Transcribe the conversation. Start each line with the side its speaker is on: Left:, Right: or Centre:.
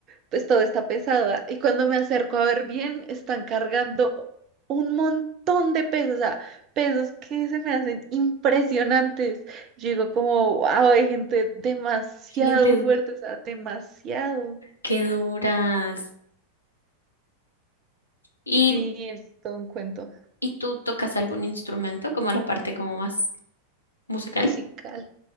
Right: pues todo está pesado. Y cuando me acerco a ver bien, están cargando un montón de pesos, o sea, pesos que se me hacen impresionantes. Yo digo como, wow, hay gente demasiado
Left: Ay, ente-
Right: fuerte, o sea, demasiado.
Left: qué duras. ¿Y,
Right: Sí, es todo un cuento.
Left: y tú tocas algún instrumento como la parte como más musical?
Right: Musical.